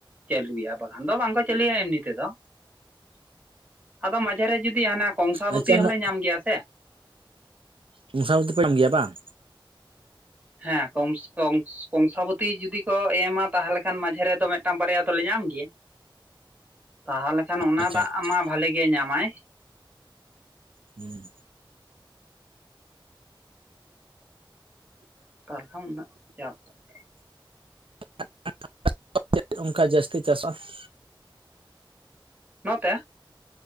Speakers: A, on the right (about 15°); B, on the right (about 80°).
A: ᱪᱟᱹᱞᱩᱭᱟ ᱵᱟᱠᱷᱟᱱ ᱫᱚ ᱵᱟᱝ ᱠᱚ ᱪᱟᱹᱞᱩᱭᱟ ᱮᱢᱱᱤ ᱛᱮᱼᱼ <unintelligible> ᱟᱫᱚ ᱢᱟᱡᱷᱮᱨᱮ ᱡᱩᱫᱤ ᱦᱟᱱᱮ ᱠᱚᱝᱥᱟᱵᱚᱛᱤ
B: ᱟᱪᱪᱷᱟ
A: ᱦᱚᱸᱞᱮ
B: ᱚᱱᱟ
A: ᱧᱟᱢ ᱜᱮᱭᱟ ᱥᱮ
B: ᱠᱚᱝᱥᱟᱵᱚᱛᱤ ᱯᱮ ᱧᱟᱢ ᱜᱮᱭᱟ ᱵᱟᱝ
A: ᱦᱮᱸ ᱠᱚᱝᱥ ᱠᱚᱝᱥ ᱠᱚᱝᱥᱟᱵᱚᱛᱤ ᱡᱚᱫᱤᱼᱼ ᱠᱚ ᱮᱢᱟ ᱛᱟᱦᱚᱞᱮ ᱢᱟᱡᱷᱮ ᱨᱮ ᱫᱚ ᱢᱤᱫᱴᱟᱝ ᱵᱟᱨᱭᱟ ᱫᱚᱞᱮ ᱧᱟᱢ ᱜᱮᱭᱟ ᱛᱟᱦᱚᱞᱮ ᱠᱷᱟᱱ ᱮ ᱠᱷᱟᱱ ᱚᱱᱟ
B: ᱟᱪᱪᱷᱟ
A: ᱫᱟᱜ
B: ᱟᱪᱪᱷᱟ
A: ᱢᱟ ᱵᱷᱟᱞᱮ ᱜᱮ ᱧᱟᱢᱟᱭ
B: ᱦᱩᱸ
A: <unintelligible>
B: <inaudible> ᱚᱱᱠᱟ ᱡᱟᱹᱥᱛᱤ ᱪᱟᱥᱚᱜᱼᱟ ᱾
A: ᱱᱚᱛᱮᱻ